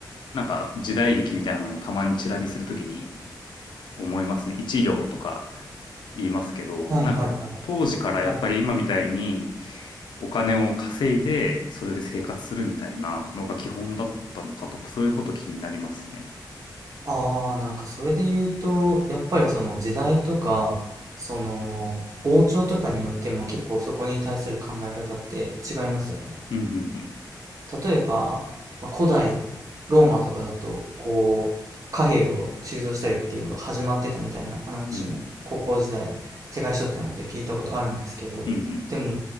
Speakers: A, on the left; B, on the right.
A: なんか時代劇みたいなのをたまにチラ見するときに思いますね。一両とか言いますけど、
B: はいはいはい。
A: なんか当時からやっぱり今みたいに
B: はい。
A: お金を稼いでそれで生活するみたいなのが基本だったのかとかそういうこと気になりますね。
B: ああ、なんかそれで言うと、やっぱりその時代とか、その王朝とかによっても結構そこに対する考え方って違いますよね。
A: うんうんうん。
B: 例えば、まあ、古代ローマとかだとこう貨幣を鋳造したりっていうのが始まってたみたいな話も高校時代世界史とってなので聞いたことあるんですけどでも
A: うんうんうん。